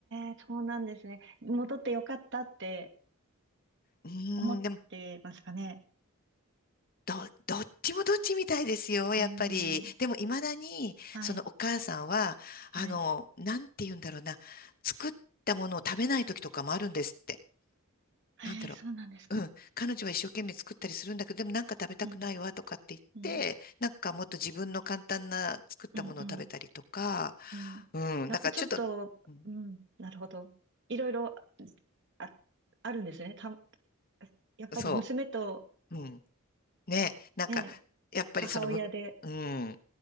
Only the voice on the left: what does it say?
うーん、
でも、ど、どっちもどっちみたいですよ、
やっぱり。でも、未だに、
そのお母さんは、
あの、なんて言うんだろうな、作ったものを食べない時とかもあるんですって。
なんだろううん、彼女は一生懸命作ったりするんだけど、でもなんか食べたくないわとかって言って、
なんかもっと自分の簡単な作ったものを食べたりとか、
うん、
なんかちょっと、うん
そう、うん、ね、なんか、
やっぱりそのむ、
うん、